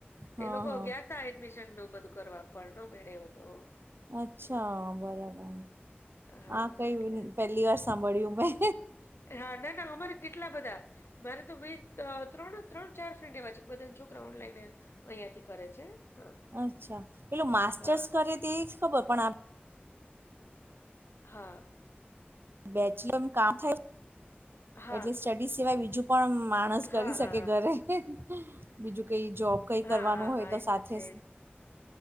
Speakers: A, on the right; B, on the left.
A: હા
B: એ લોકો
A: હા
B: ગયા. એડમિશન નું બધું કરવા પણ ન મેળ્યો તો
A: અચ્છા
B: હા,
A: બરાબર
B: હા
A: આ કઈ
B: એટલે
A: ન પહેલી વાર સાંભળ્યું મેં.
B: હા, ના-ના. અમારે કેટલા બધા, મારે તો બે, ત્રણ જ ત્રણ-ચાર ફ્રેન્ડ એવા છે, કે બધાન છોકરાવ ઓનલાઈન એ અહિયાં થી કરે છે. હા,
A: અચ્છા. પેલું માસ્ટર્સ
B: હા,
A: કરે તે ઈ જ ખબર, પણ આપ
B: હા.
A: બેચલર કામ થાય,
B: હા,
A: એટલે સ્ટડી સિવાય બીજું પણ માણસ કરી
B: હા,
A: શકે
B: હા, હા,
A: ઘરે. બીજું કે ઈ જોબ કંઈ
B: હા,
A: કરવાનું
B: હા,
A: હોય
B: હા
A: તો
B: એ
A: સાથે
B: છે
A: જ